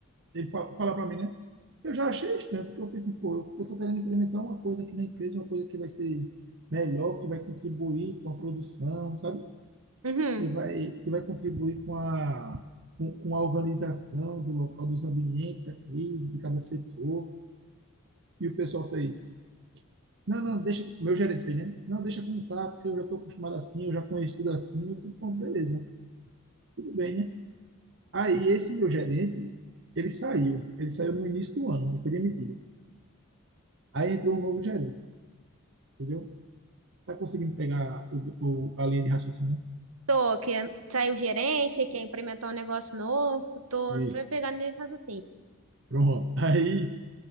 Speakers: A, on the right; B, on the right.
A: ele fa- fala para mim, né? Eu já achei estranho, porque eu falei assim, pô, eu eu tô querendo implementar uma coisa aqui na empresa, uma coisa que vai ser melhor, que vai contribuir com a produção, sabe?
B: uhum.
A: Que vai, que vai contribuir com a, com, com a organização do local, dos ambientes aqui, de cada setor. E o pessoal fez, não, não, deixa, meu gerente fez, né? Não, deixa como tá, porque eu já estou acostumado assim, eu já conheço tudo assim. Eu falei, pô, beleza, tudo bem, né? Aí esse meu gerente, ele saiu, ele saiu no início do ano, ele foi demitido. Aí entrou um novo gerente. entendeu? Tá conseguindo pegar o, o, a linha de raciocínio?
B: Tô, que saiu o gerente, que é implementar um negócio novo. Tô,
A: né?
B: tô
A: Isso,
B: pegando nesse assim.
A: pronto. <laughs> Aí